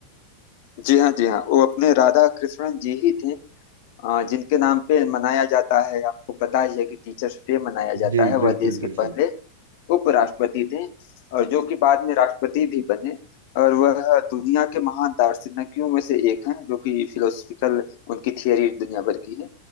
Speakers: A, on the left (about 50°); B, on the right (about 65°).
A: जी हाँ जी हाँ वो अपने राधा कृष्णन जी ही थे अ, जिनके नाम पे मनाया जाता है आपको पता ही है कि टीचर्स डे मनाया जाता
B: जी
A: है
B: बिल्कुल
A: वह देश
B: बिल्कुल
A: के पहले उपराष्ट्रपति थे और जो कि बाद में राष्ट्रपति भी बने और वह दुनिया के महान दार्शनिकों में से एक हैं जो कि फिलोसफिकल उनकी थियरी दुनिया भर की है